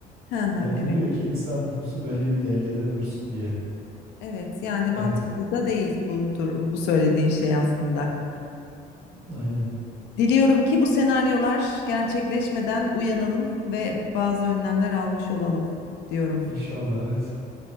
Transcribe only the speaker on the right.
yapılıyor
ki insan nüfusu belli bir dengede dursun diye.
Evet.
Aynen.
İnşallah evet.